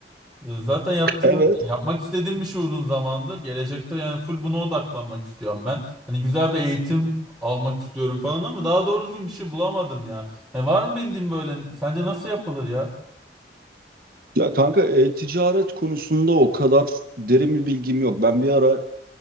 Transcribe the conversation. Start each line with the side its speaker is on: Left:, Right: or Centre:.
Centre: Ee, Zaten yaptığım,
Right: Evet.
Centre: yani yapmak istediğim bir şey uzun zamandır. Gelecekte yani full buna odaklanmak istiyorum ben. Hani güzel bir eğitim almak istiyorum falan ama daha doğru düzgün bir şey bulamadım ya. Yani var mı bildiğin böyle, sence nasıl yapılır ya?
Right: Ya kanka e-ticaret konusunda o kadar derin bir bilgim yok. Ben bir ara